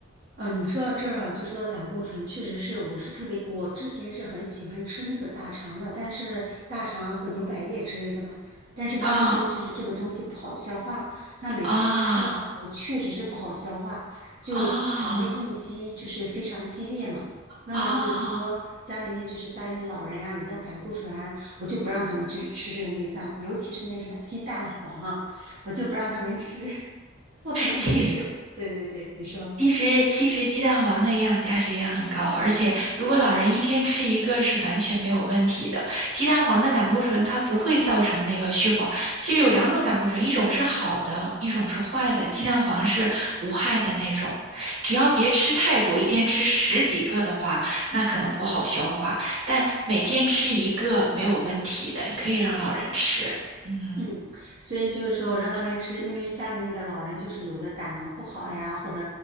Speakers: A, on the right; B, on the right.
A: 啊，你说到这儿啊，就说到胆固醇，确实是，我是特别，我之前是很喜欢吃那个大肠的，但是大肠和牛百叶之类的嘛，但是他们说就是这个东西不好消化，
B: 啊
A: 那每次一吃呢，
B: 啊
A: 我确实是不好消化，就肠胃应激就是非常激烈嘛。
B: 啊
A: 那么就是说家里面就是家里面老人啊，
B: 啊！
A: 有那胆固醇啊我就不让他们去吃这个内脏，尤其是那什么鸡蛋黄啊，我就不让他们吃，<laughs> 我可能也就是，
B: 其实。
A: 对对对，你说。
B: 其实其实鸡蛋黄的营养价值也很高，而且如果老人一天吃一个是完全没有问题的。鸡蛋黄的胆固醇它不会造成那个血管，其实有两种胆固醇，一种是好的，一种是坏的。鸡蛋黄是无害的那种，只要别吃太多，一天吃十几个的话，那可能不好消化，但每天吃一个没有问题的，你可以让老人吃。嗯。
A: 嗯，所以就是说让他们吃，因为家里面的老人就是有的胆囊不好呀，或者